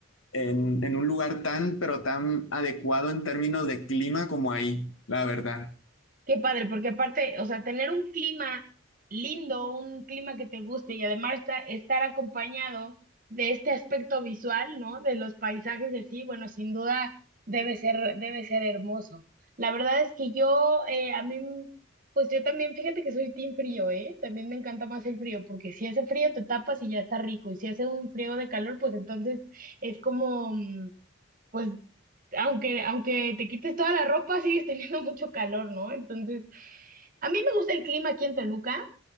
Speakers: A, on the left (about 70°); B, on the right (about 40°).
A: en, en un lugar tan, pero tan adecuado en términos de clima como ahí, la verdad.
B: Qué padre, porque aparte, o sea, tener un clima lindo, un clima que te guste y además esta- estar acompañado de este aspecto visual, ¿no? De los paisajes y así, bueno, sin duda debe ser, debe ser hermoso. La verdad es que yo, eh, a mí, m- pues yo también, fíjate que soy team frío, ¿eh? También me encanta más el frío, porque si hace frío te tapas y ya está rico, y si hace un frío de calor, pues entonces es como, mm, pues aunque, aunque te quites toda la ropa, sigues teniendo <laughs> mucho calor, ¿no? Entonces, a mí me gusta el clima aquí en Toluca,